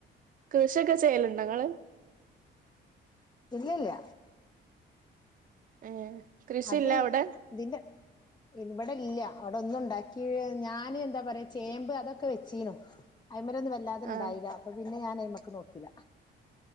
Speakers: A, on the right; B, on the left.
A: കൃഷി ഒക്കെ ചെയ്യല്ണ്ടോ ങ്ങള്
B: ഇല്ലല്ല
A: ഏ കൃഷിയില്ലേ
B: അത്
A: അവിടെ
B: തിന്റെ വടെ ഇല്ല അവടെ ഒന്നും ഉണ്ടാക്കി ഞാൻ എന്താ പറയാ ചേമ്പ് അതൊക്കെ വെച്ചീനു ഐമലൊന്നും വല്ലാതെണ്ടായീല
A: ആ
B: അപ്പ പിന്നെ ഞാന് നോകില